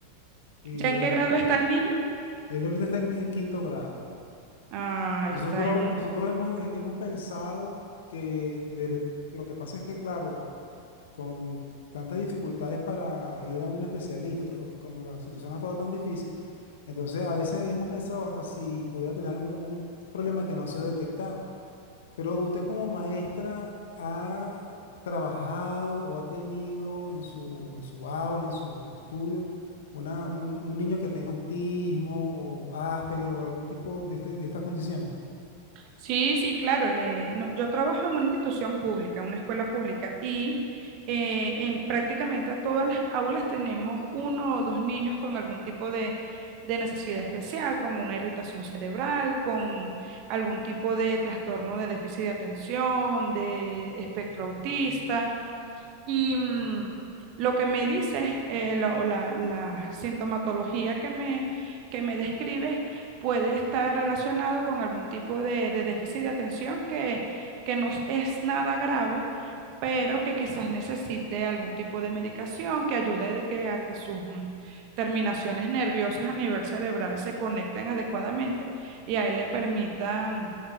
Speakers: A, on the left; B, on the right.
A: Y
B: ¿Ya en
A: es-
B: qué grado
A: es- es-
B: está
A: sí.
B: el niño?
A: él ahorita está en, en quinto grado.
B: Ah,
A: Nosotros,
B: está en
A: nosotros hemos, he- hemos pensado que de re- lo que pasa es que, claro, con tantas dificultades para ir a un especialista, o como la situación ha estado tan difícil, entonces a veces hemos pensado hasta si pudiera tener algún un problema que no ha sido detectado. Pero usted como maestra ha trabajado o ha tenido en su, en su aula, en su estudio, una, un, un niño que tenga autismo o Asperger o algún tipo de, este, de estas condiciones.
B: Sí, sí, claro. eh, no- yo trabajo en una institución pública, en una escuela pública, y eh, en prácticamente todas las aulas tenemos uno o dos niños con algún tipo de, de necesidad especial, con una irritación cerebral, con algún tipo de trastorno de déficit de atención, de espectro autista. Y mm, lo que me dices, eh, la, o la- la sintomatología que me, que me describes puede estar relacionado con algún tipo de, de déficit de atención que, que no es nada grave, pero que quizás necesite algún tipo de medicación que ayude de que, a que sus mm, terminaciones nerviosas a nivel cerebral se conecten adecuadamente y a él le permitan